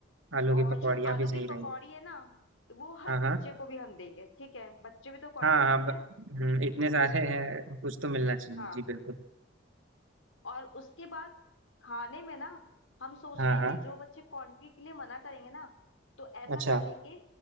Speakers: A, on the right; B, on the left.
A: आलू की
B: और
A: पकौड़िया
B: जो आलू
A: भी सही
B: की
A: रहेगी
B: पकौड़ी है ना वो हर
A: हाँ हाँ
B: बच्चे को भी हम देंगे ठीक है बच्चे भी तो कंट्री
A: हाँ
B: कर
A: हाँ
B: रहे
A: ब-
B: हैं
A: हम्म, इतने सारे हैं कुछ तो मिलना चाहिए
B: हाँ
A: जी बिल्कुल
B: और उसके बाद खाने में ना हम सोच
A: हाँ
B: रहे हैं
A: हाँ
B: कि जो बच्चे कंट्री के लिए मना करेंगे ना तो ऐसा
A: अच्छा
B: कर लेंगे